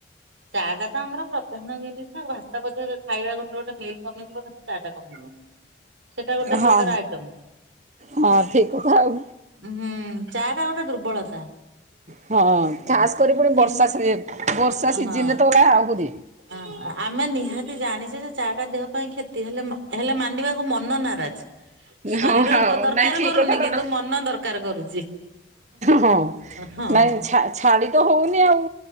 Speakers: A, on the right; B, on the right.
A: ଚା ଟା ତ ଆମର ପ୍ରଧାନ ଜିନିଷ ବାତାବ ଖାଇବା ଗୋଟେ ଗୋଟେ ମିଲ୍ କମିଯିବ ଚା ଟା କମିବନି ସେଟା ଗୋଟେ
B: ହଁ
A: ପ୍ରକାର ଆଇଟମ।
B: ହଁ ଠିକ କଥା ଆଉ।
A: ହୁଁ ଚା ଟା ଗୋଟେ ଦୁର୍ବଳତା।
B: ହଁ
A: ହଁ
B: ଖାସ୍ କରି ପୁଣି
A: କିନ୍ତୁ
B: ବର୍ଷା ସି ବର୍ଷା ସିଜିନରେ
A: ହଁ।
B: ତ ଗଲା ଆହୁରି।
A: ଅ ଆମେ ନିହାତି ଜାଣିଛେ ଯେ ଚାଟା ଦେହ ପାଇଁ କ୍ଷତି ହେଲେ ହେଲେ ମାନିବାକୁ ମନ ନାରାଜ। ଶରୀର
B: ହଁ ହଉ
A: ଦରକାର
B: ନାଇଁ ଠିକ
A: କରୁନି
B: କଥା
A: କିନ୍ତୁ
B: ତ
A: ମନ ଦରକାର କରୁଛି।
B: ହଁ
A: ହଁ।
B: ନାଇଁ ଛା ଛାଡି ତ ହଉନି ଆଉ।